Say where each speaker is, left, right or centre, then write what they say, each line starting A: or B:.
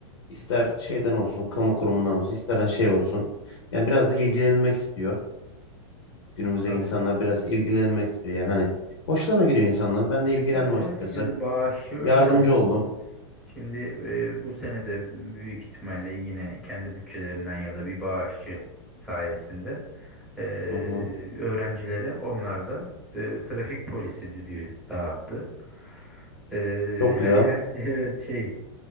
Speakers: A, on the left; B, in the centre.
A: ister şeyden olsun kamu kurumundan olsun ister hani şey olsun. Yani biraz da ilgilenilmek istiyor. Günümüzdeki
B: Tabii.
A: insanlar biraz ilgilenmek istiyor. Yani hani hoşlarına gidiyor insanlar. Ben de ilgilendim
B: Tabii canım
A: açıkçası.
B: şimdi bağışı önemli.
A: Yardımcı oldum.
B: Şimdi e, bu sene de büyük ihtimalle yine kendi bütçelerinden ya da bir bağışçı sayesinde e,
A: Hı hı.
B: öğrencilere onlar da e, trafik polisi düdüğü dağıttı. E,
A: Çok güzel.
B: her yer <laughs> evet şey